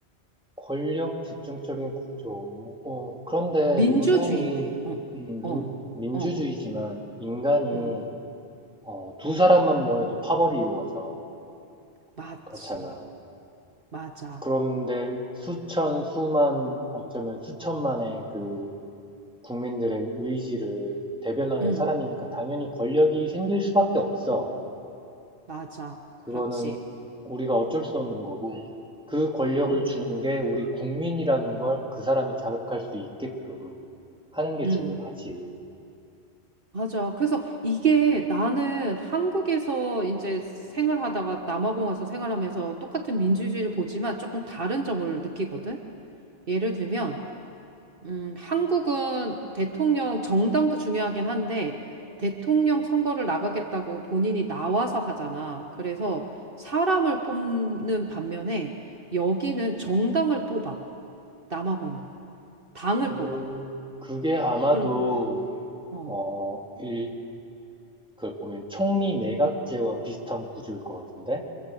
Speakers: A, in the centre; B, on the right.
A: 권력 집중적인 구조. 어, 그런데
B: 민주주의인데,
A: 인간이,
B: 어,
A: 음,
B: 어.
A: 민, 민주주의지만,
B: 어.
A: 인간이,
B: 음,
A: 어, 두 사람만 모여도 파벌이 이루어져.
B: 맞지.
A: 그렇잖아.
B: 맞아.
A: 그런데 수천, 수만, 어쩌면 수천만의 그 국민들의 의지를 대변하는
B: 음,
A: 사람이니까 당연히 권력이 생길 수밖에 없어.
B: 맞아.
A: 그거는
B: 그렇지.
A: 우리가 어쩔 수 없는 거고, 그 권력을
B: 음,
A: 주는 게 우리 국민이라는 걸 그 사람이 자각할 수 있게끔 하는 게
B: 음,
A: 중요하지.
B: 맞아. 그래서 이게 나는 한국에서 이제 생활하다가 남아공 와서 생활하면서 똑같은 민주주의를 보지만 조금 다른 점을 느끼거든. 예를 들면, 음, 한국은 대통령 정당도 중요하긴 한데 대통령 선거를 나가겠다고 본인이 나와서 하잖아. 그래서 사람을 뽑는 반면에 여기는 정당을 뽑아. 남아공은 당을
A: 그,
B: 뽑아.
A: 그게 아마도,
B: 그럼 어,
A: 어, 일, 그 보면 총리 내각제와 비슷한 구조일 것 같은데?